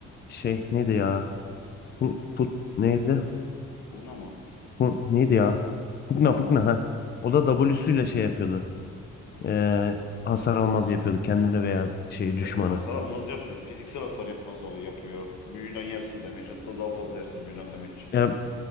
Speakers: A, on the left; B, on the left.
A: Şey neydi ya? Put, put neydi?
B: Pugna mı?
A: Bu neydi ya?
B: Pugna
A: Pugna Pugna
B: mı?
A: ha. O da W'suyla şey yapıyordu. Ee, hasar almaz yapıyordu kendini veya şey
B: Kendine
A: düşmanı.
B: hasar almaz yapmıyor. Fiziksel hasar yapmaz oluyor, yapıyor. Büyüden yersin damage. Hatta daha fazla yersin büyüden damage.
A: Ya,